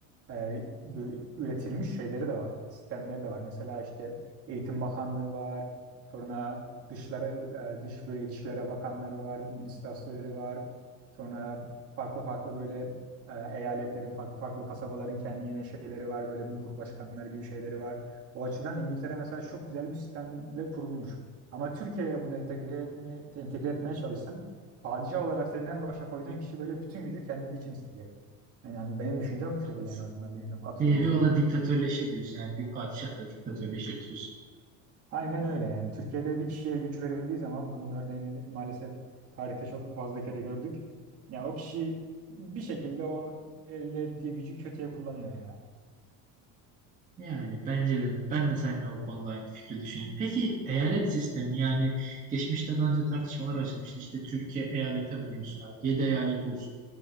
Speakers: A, on the right; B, on the right.
A: e, bu üretilmiş şeyleri de var. Sistemleri de var. Mesela işte Eğitim Bakanlığı var. Sonra dışlara, e, dış böyle ilişkilere bakanları var, ministrasörleri var. Sonra farklı farklı böyle e, eyaletlerin, farklı farklı kasabaların kendi yine şeyleri var. Böyle muhur başkanları gibi şeyleri var. O açıdan İngiltere mesela çok güzel bir sistemle kurulmuş. Ama Türkiye'ye bunu entegre, etme, entegre etmeye çalışsan padişah olarak senden başa koyduğun kişi böyle bütün gücü kendi için isteyecek. Yani yani benim düşüncem bu şekilde
B: Haklısın.
A: en azından. Bilmiyorum katılıyor
B: Bir nevi o da diktatörleşir diyorsun. Yani bir padişah da diktatörleşir diyorsun.
A: Aynen öyle yani. Türkiye'de bir kişiye güç verildiği zaman bunun örneğini maalesef tarihte çok fazla kere gördük. Ya o kişi bir şekilde o elde ettiği gücü kötüye kullanıyor ya.
B: Yani bence de ben de seninle o konuda aynı fikri düşünüyorum. Peki eyalet sistemi yani geçmişte daha önce tartışmalar açılmıştı. İşte Türkiye eyalete bölünsün. Yani 7 eyalet olsun.